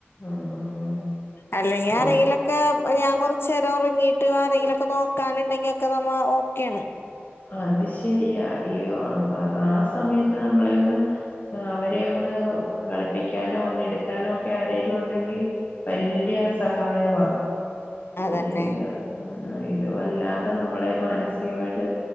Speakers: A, on the left (about 40°); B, on the left (about 60°).
A: ആ ആ
B: അല്ലെങ്കി ആരെങ്കിലൊക്കെ
A: ഓ
B: ഞാൻ കൊറച്ചു നേരം ഉറങ്ങിട്ട് ആരെങ്കിലുംലൊക്കെ നോ ക്കാന് ഉണ്ടെങ്കിൽ ഒക്കെ നമ്മ ഓക്കെയാണ്
A: അത് ശരിയാ അയ്യോ ആ സമയത്ത് നമ്മളെ ഒന്ന് ആ അവരെ ഒന്ന് കളിപ്പിക്കാനോ ഒന്ന് എടുക്കാനോ ഒക്കെ ആരെങ്കിലും ഉണ്ടെങ്കിൽ വല്യ സഹായവാണ്
B: അതന്നെ
A: ഓ ഇത് ഇത് വല്ലാതെ നമ്മളെ മാനസികമായിട്ട്